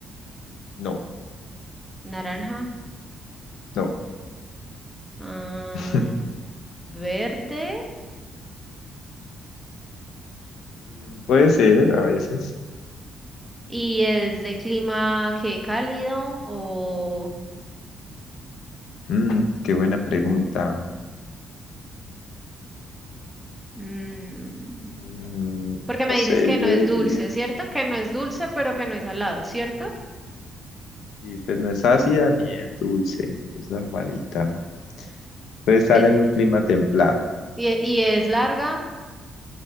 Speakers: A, on the left; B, in the centre.
A: No,
B: naranja,
A: no.
B: ah,
A: <laughs>
B: verde?
A: Mm, Puede ser a veces.
B: ¿Y es de clima que cálido o
A: Mm, qué buena pregunta.
B: mm,
A: Mm,
B: Porque me
A: no sé,
B: dices que
A: yo
B: no es dulce,
A: diría.
B: ¿cierto? Que no es dulce, pero que no es salado, ¿cierto?
A: Y pues no es ácida ni es dulce, es normalita. Puede estar
B: Eh,
A: en un clima templado.
B: y, e- y es larga